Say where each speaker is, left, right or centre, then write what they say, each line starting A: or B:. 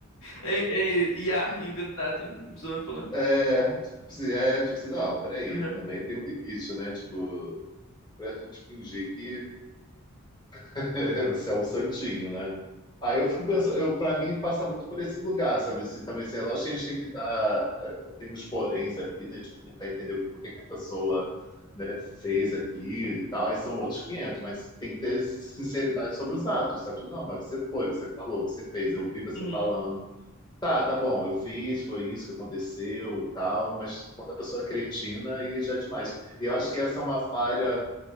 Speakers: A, on the left; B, on the left.
A: É, é IA inventado, a pessoa vai falar.
B: É, tipo assim, é, tipo assim, não, peraí,
A: Aham.
B: também tem um limite, né? Tipo, pra gente fingir que <laughs> Você é um santinho, né? Aí eu fico pensando, eu, para mim passa muito por esse lugar, sabe? Assim, também, assim, é lógico que a gente tem que dar, é, tem os poréns ali, né? Tipo, tentar entender o- por que que a pessoa, né, fez aquilo e tal, e são outros 500, mas tem que ter sinceridade sobre os atos, sabe? Tipo, Não, mas você foi, você falou, você fez, eu vi você
A: Uhum.
B: falando. Tá, tá bom, eu fiz, foi isso que aconteceu e tal, mas quando a pessoa é cretina, aí já é demais. E eu acho que essa é uma falha